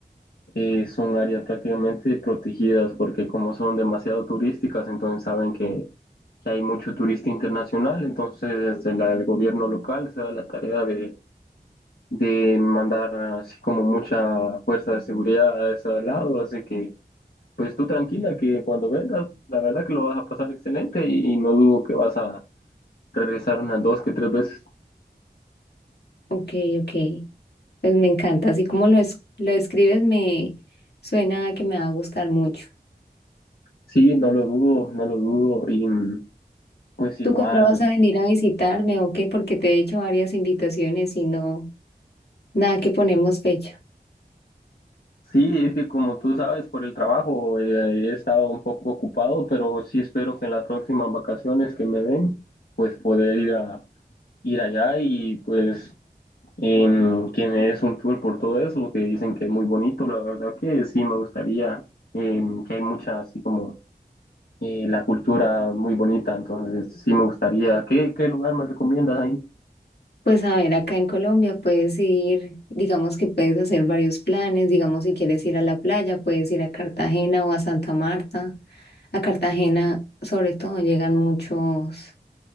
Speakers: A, on the left; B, on the left.
A: eh, son áreas prácticamente protegidas porque como son demasiado turísticas, entonces saben que que hay mucho turista internacional, entonces desde la- el gobierno local se da la tarea de, de mandar así como mucha fuerza de seguridad a ese lado, así que pues tú tranquila que cuando vengas, la verdad que lo vas a pasar excelente y, y no dudo que vas a regresar unas dos que tres veces.
B: Ok, ok, pues me encanta. Así como lo, es, lo escribes, me suena a que me va a gustar mucho.
A: Sí, no lo dudo, no lo dudo y mm, pues igual.
B: ¿Tú cuándo vas a venir a visitarme o qué? Porque te he hecho varias invitaciones y no, nada que ponemos fecha.
A: Sí, es que como tú sabes, por el trabajo eh, he estado un poco ocupado, pero sí espero que en las próximas vacaciones que me den, pues poder ir a, ir allá y pues em, que me des un tour por todo eso, que dicen que es muy bonito, la verdad que sí me gustaría, em, que hay mucha así como eh, la cultura muy bonita, entonces sí me gustaría. ¿Qué, qué lugar me recomiendas ahí?
B: Pues a ver, acá en Colombia puedes ir, digamos que puedes hacer varios planes, digamos si quieres ir a la playa, puedes ir a Cartagena o a Santa Marta. A Cartagena, sobre todo, llegan muchos,